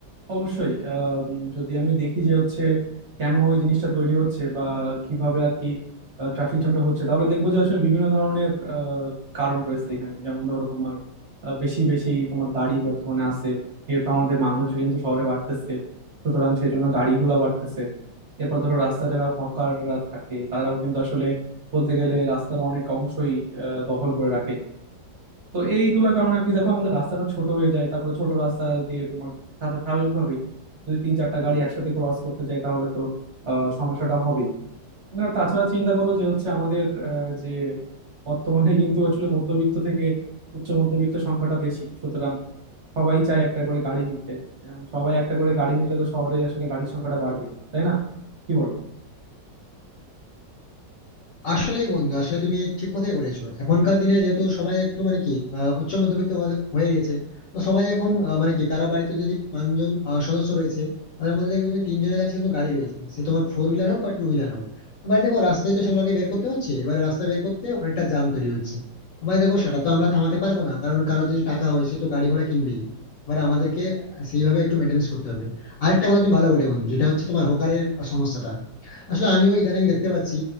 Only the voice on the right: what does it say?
অবশ্যই আহ, উম, যদি আমি দেখি যে হচ্ছে কেন এই জিনিসটা তৈরি হচ্ছে বা কিভাবে আর কি ট্রাফিক জ্যামটা হচ্ছে তাহলে দেখবো যে আসলে বিভিন্ন ধরনের আহ, কারণ রয়েছে এখানে যেমন ধরো তোমার আহ, বেশি বেশি তোমার গাড়ি বর্তমানে আছে যেহেতু আমাদের মানুষ কিন্তু শহরে বাড়তেছে সুতরাং সেজন্য গাড়িগুলা বাড়তেছে এরপর ধরো রাস্তা যারা হকাররা থাকে তারাও কিন্তু আসলে বলতে গেলে রাস্তার অনেক অংশই আহ, দখল করে রাখে তো এইগুলোর কারণে আর কি দেখো আমাদের রাস্তাটা ছোট হয়ে যায় তারপরে ছোট রাস্তা দিয়ে তোমার সাথে স্বাভাবিকভাবেই যদি তিন চারটা গাড়ি একসাথে ক্রস করতে চাই তাহলে তো আহ, সমস্যাটা হবেই না তাছাড়া চিন্তা করো যে হচ্ছে আমাদের আহ, যে বর্তমানে কিন্তু আসলে মধ্যবিত্ত থেকে উচ্চ মধ্যবিত্ত সংখ্যাটা বেশি সুতরাং সবাই চায় একটা করে গাড়ি নিতে এখন সবাই একটা করে গাড়ি নিলে তো শহরে আসলে গাড়ির সংখ্যাটা বাড়বে তাই না কি বলো